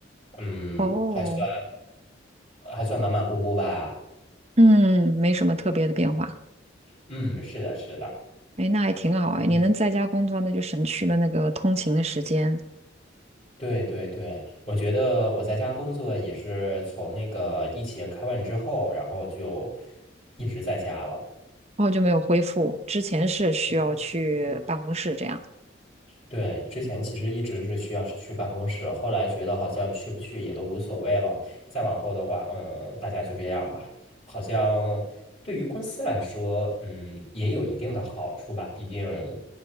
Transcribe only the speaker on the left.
嗯，
还算还算马马虎虎吧。
嗯，是的，是的。
嗯。
对对对，我觉得我在家工作也是从那个疫情开完之后，然后就一直在家了。
对，之前其实一直是需要是去办公室，后来觉得好像去不去也都无所谓了。再往后的话，嗯，大家就这样吧。好像对于公司来说，嗯，也有一定的好处吧。毕竟